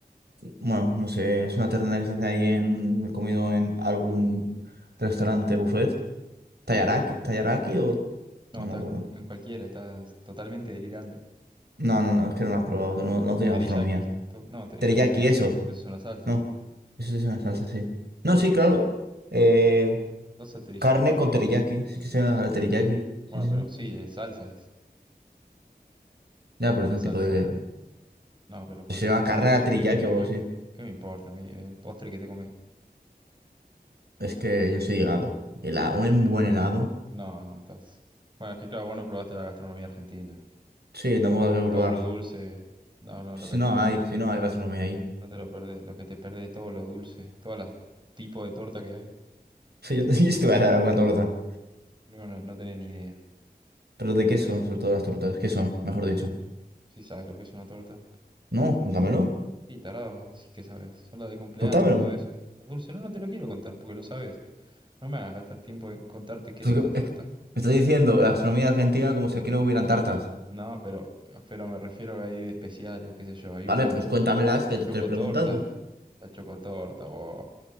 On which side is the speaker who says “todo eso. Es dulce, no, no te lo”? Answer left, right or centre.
Right